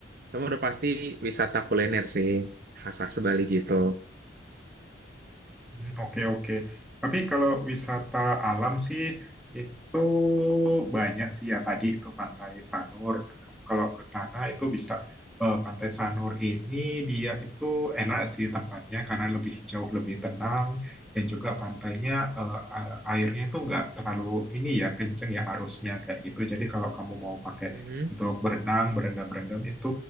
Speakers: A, on the right (about 50°); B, in the centre.
A: sama udah pasti wisata kuliner sih khas khas Bali gitu.
B: Hmm, Oke, oke. Tapi kalau wisata alam sih itu banyak sih ya tadi itu Pantai Sanur. Nah, kamu kalau ke sana itu bisa eh, Pantai Sanur ini dia itu enak sih tempatnya karena lebih jauh lebih tenang dan juga pantainya eh, a- airnya itu nggak terlalu ini ya kenceng ya arusnya kayak gitu. Jadi kalau kamu mau pakai
A: Mhm.
B: untuk berenang, berendam-berendam itu